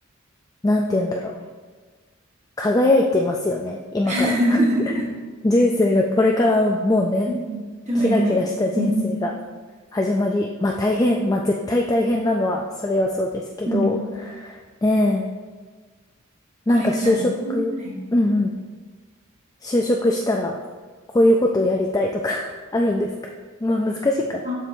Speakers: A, on the left (about 15°); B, on the right (about 35°).
A: なんて言うんだろう。輝いてますよね。今から。
B: <laughs>
A: <laughs> 人生が、これからもうね、
B: うん。でも今、
A: キラキラした人生が
B: うん。
A: 始まり、まあ大変、まあ絶対大変なのは、それはそうですけど、
B: うん。
A: ねえ、
B: これからね。
A: なんか就職、
B: はい。
A: うんうん、就職したら、こういうことをやりたいとか <laughs> あるんですかまあ難しいか。
B: あ